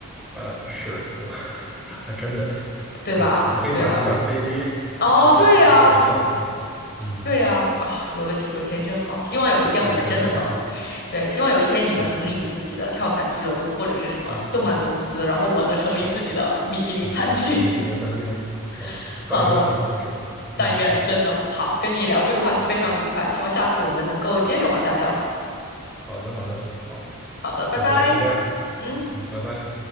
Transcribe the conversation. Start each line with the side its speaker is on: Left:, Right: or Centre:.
Centre: 呃，是我 <laughs> 还真的，
Left: 对吧？
Centre: 对，我可以买一架飞机，
Left: 对吧？哦，
Centre: 我想想怎么跳怎么跳，
Left: 对呀、
Centre: 嗯，
Left: 对呀，啊，有了钱，有钱真好。希望有一天我们真的能，
Centre: 有有钱真好，
Left: 对，希望有一天你能成立你自己的跳伞俱乐部或者是什么动漫公司，
Centre: 嗯，哎，
Left: 然后我能成立自己的米其林餐厅。
Centre: 行好。你的米其林餐厅啊，
Left: <laughs> 好的，
Centre: 大一拌吧，吃的。
Left: 但愿真的好，
Centre: 嗯，
Left: 跟你聊这个话题非常愉快，
Centre: 好，
Left: 希望下次我们能够接着往下聊。
Centre: 好，好的，好的，好，
Left: 好的，拜拜。
Centre: 那就先这样。
Left: 嗯。
Centre: 嗯，拜拜。